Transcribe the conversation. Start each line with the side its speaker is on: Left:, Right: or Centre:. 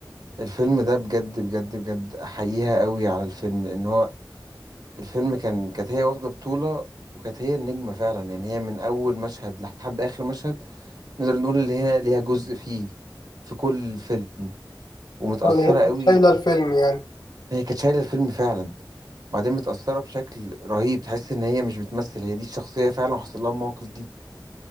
Right: الفيلم ده بجد بجد بجد أحييها قوي على الفيلم لأن هو الفيلم كان كانت هي واخدة بطولة وكانت هي النجمة فعلا يعني هي من أول مشهد لحد آخر مشهد نقدر نقول اللي هي ليها جزء فيه في كل فيلم ومتأثرة
Left: آه، اللي هي كانت
Right: قوي
Left: شايلة الفيلم يعني
Right: هي كانت شايله الفيلم فعلا وبعدين متاثره بشكل رهيب تحس ان هي مش بتمثل هي دي الشخصيه فعلا وحصل لها المواقف دي